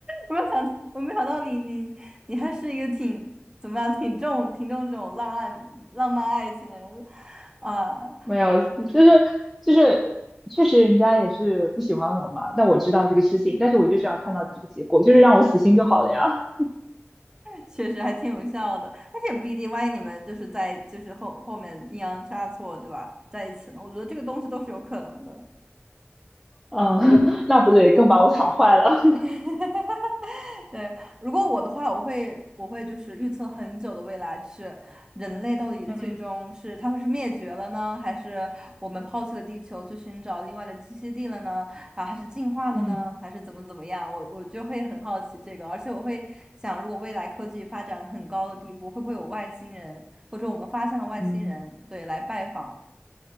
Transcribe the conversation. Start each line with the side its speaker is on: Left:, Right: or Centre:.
Right: 我没有想到，我没有想到你，你你还是一个挺怎么样，挺重挺重这种浪漫浪漫爱情的人啊，
Centre: 没有，就是就是确实人家也是不喜欢我嘛，那我知道这个事情，但是我就是要看到这个结果，就是让我死心就好了呀。
Right: 确实还挺有效的。但是也不一定，万一你们就是在就是后后面阴阳差错，对吧，在一起呢，我觉得这个东西都是有可能的。
Centre: 嗯，<laughs> 那不对，更把我爽坏了。
Right: <laughs> 对，如果我的话，我会我会就是预测很久的未来，是人类到底最终是它会是灭绝了呢，
Centre: <laughs> 嗯
Right: 还是我们抛弃了地球去寻找另外的栖息地了呢？啊，还是进化了呢？
Centre: 嗯
Right: 还是怎么怎么样？我我就会很好奇这个，而且我会想，如果未来科技发展很高的地步，会不会有外星人，或者我们发现了外星人，
Centre: 嗯
Right: 对，来拜访